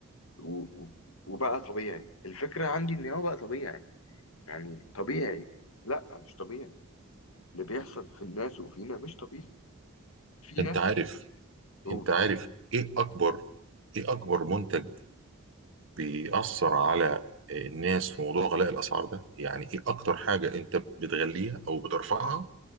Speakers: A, on the left (about 80°); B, on the right (about 60°).
A: و- و- وبقى طبيعي الفكرة عندي ان هو بقى طبيعي يعني طبيعي لا مش طبيعي اللي بيحصل في الناس وفينا مش طبيعي في
B: انت
A: ناس
B: عارف
A: قول
B: انت عارف ايه اكبر ايه اكبر منتج بيأثر على الناس في موضوع غلاء الاسعار ده يعني ايه اكتر حاجة انت بتغليها او بترفعها